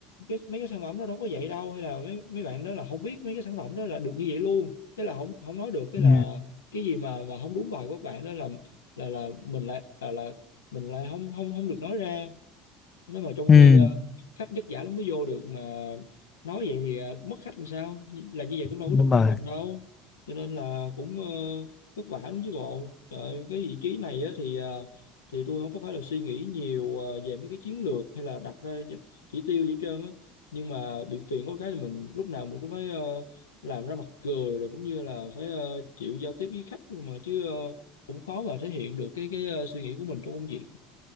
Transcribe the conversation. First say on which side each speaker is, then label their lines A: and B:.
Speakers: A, on the left; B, on the left.
A: cái mấy cái sản phẩm đó đâu có vậy đâu hay là mấy mấy bạn đó là không biết mấy cái sản phẩm đó là được như vậy luôn cái là không không nói được cái
B: ừ,
A: là cái gì mà mà không đúng bài của các bạn đó là là là mình lại là, là mình lại không không không được nói ra nếu mà trong
B: ừ,
A: khi ờ, khách vất vả lắm mới vô được mà nói vậy thì ờ, mất khách làm sao là như vậy cũng đâu
B: đúng
A: có được hoa
B: rồi.
A: hồng đâu cho nên là cũng ờ, vất vả lắm chứ bộ Trời ơi, cái vị trí này á, thì ờ, thì tôi không có phải là suy nghĩ nhiều ờ, về mấy cái chiến lược hay là đặt ra những chỉ tiêu gì hết trơn á nhưng mà bị phiền có cái là mình lúc nào mình cũng phải ờ, làm ra mặt cười rồi cũng như là phải ờ, chịu giao tiếp với khách luôn mà chứ ờ, cũng khó mà thể hiện được cái cái ờ, suy nghĩ của mình trong công việc